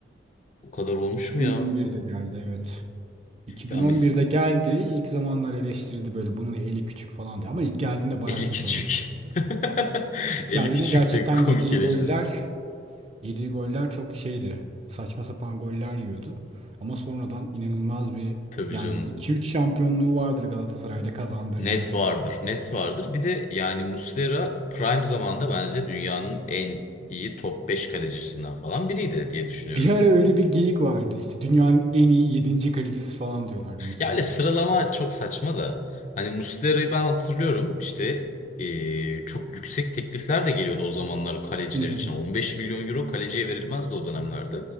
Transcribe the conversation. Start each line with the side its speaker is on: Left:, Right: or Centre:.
Left: O kadar olmuş
Right: 2011'de
Left: mu ya?
Right: geldi evet. 2011'de
Left: Ya Mes
Right: geldi. İlk zamanlar eleştirildi böyle bunun eli küçük falan diye. Ama ilk geldiğinde baya
Left: 50
Right: kötü
Left: küçük.
Right: oynuyordu.
Left: <laughs>
Right: Icardi'ne
Left: 50 küçük
Right: gerçekten
Left: de komik
Right: yediği
Left: eleştiri.
Right: goller, yediği goller çok şeydi. Saçma sapan goller yiyordu. Ama sonradan inanılmaz bir
Left: Tabii
Right: yani
Left: canım.
Right: 2-3 şampiyonluğu vardır Galatasaray'da kazandırdığı.
Left: Net vardır. Net vardır. Bir de yani Muslera prime zamanda bence dünyanın en iyi top 5 kalecisinden falan biriydi diye düşünüyorum.
Right: Bir ara öyle bir geyik vardı. İşte dünyanın en iyi 7. kalecisi falan diyorlardı Muslera
Left: Ya öyle
Right: için.
Left: sıralama çok saçma da. Hani Muslera'yı ben hatırlıyorum işte eee, çok yüksek teklifler de geliyordu o zamanlar kaleciler
Right: Hı hı.
Left: için. 15 milyon euro kaleciye verilmezdi o dönemlerde.